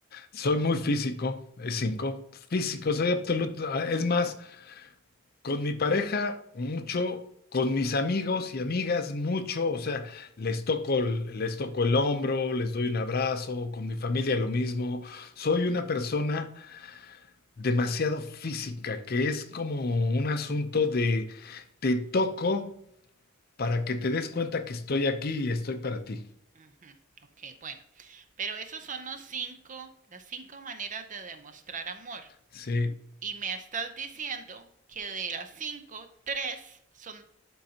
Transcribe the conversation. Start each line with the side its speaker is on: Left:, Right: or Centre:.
Left: Soy muy físico, es cinco. Físico, soy absoluto. ah, Es más, con mi pareja, mucho, con mis amigos y amigas, mucho. O sea, les toco, el- les toco el hombro, les doy un abrazo, con mi familia lo mismo. Soy una persona demasiado física, que es como un asunto de te toco para que te des cuenta que estoy aquí y estoy para ti.
Right: Ujú, Ok, bueno. Pero esos son los cinco, las cinco maneras de demostrar amor.
Left: Sí,
Right: Y me estás diciendo que de las cinco, tres son